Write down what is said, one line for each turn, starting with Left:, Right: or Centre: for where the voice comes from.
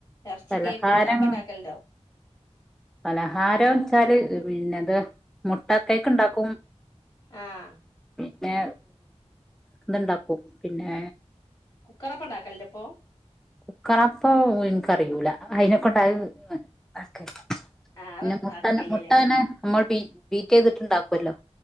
Left: എർച്ചി
Centre: പലഹാരം
Left: കേക്ക് അഅക്കെണ്ടാക്കല്ണ്ടേ.
Centre: പലഹാരെച്ചാല് പിന്നെത് മുട്ടക്കെക്ക്ണ്ടാക്കും.
Left: ആഹ്.
Centre: പിന്നെ ഇതുണ്ടാക്കും പിന്നെ
Left: കുക്കറപ്പ ഉണ്ടാക്കലിന്റെ ഇപ്പോൊ
Centre: കുക്കറപ്പൊ എനക്ക്റിയൂല അതിനെക്കണ്ട
Left: ആഹ്
Centre: പിന്നെ മുട്ടന്ന
Left: ആക്കല്ലേല്ലേ
Centre: മുട്ട തനെ നമ്മൾ ബീ ബീറ്റ് ചെയ്തിട്ട്ുണ്ടാക്കുവല്ലോ